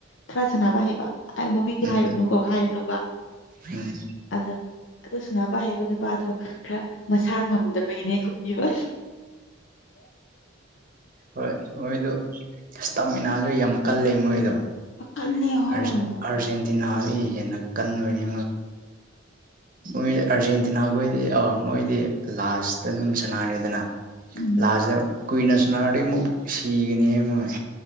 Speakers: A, on the left; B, on the right.
A: ꯈꯔ ꯁꯥꯟꯅꯕ ꯍꯩꯕ ꯃꯃꯤꯡꯗꯤ
B: ꯎꯝ
A: ꯍꯥꯏꯔꯨꯅꯨꯀꯣ ꯍꯥꯏꯔꯅꯨꯕ
B: ꯎꯝ
A: ꯑꯗ ꯑꯗꯨꯁꯨ ꯅꯄꯥ ꯍꯥꯏꯕ ꯅꯨꯄꯥꯗꯣ ꯈꯔ ꯃꯁꯥ ꯉꯝꯗꯕꯒꯤꯅꯦ ꯈꯨꯝꯕꯤꯕ
B: ꯍꯣꯏ ꯍꯣꯏ ꯃꯣꯏꯗ ꯑ ꯇꯝꯃꯤꯅꯁꯨ ꯌꯥꯝ ꯀꯜꯂꯦ ꯃꯣꯏꯗꯣ
A: ꯀꯜꯂꯦ ꯍꯣꯏ
B: ꯑꯥꯔꯖꯦꯟꯇꯤꯅꯥ ꯑꯩ ꯍꯦꯟꯅ ꯀꯟꯕꯅꯤ ꯃꯣꯏ ꯑꯥꯔꯖꯦꯟꯇꯤꯅꯥ ꯈꯣꯏꯗꯤ ꯑ ꯃꯣꯏꯗꯤ ꯂꯥꯁꯇ ꯑꯗꯨꯝ ꯁꯥꯟꯅꯔꯦꯗꯅ
A: ꯎꯝ
B: ꯂꯥꯁꯗ ꯀꯨꯏꯅꯁꯅꯥꯒꯥꯔꯒ ꯑꯃꯨꯛ ꯁꯤꯒꯅꯤ ꯃꯣꯏ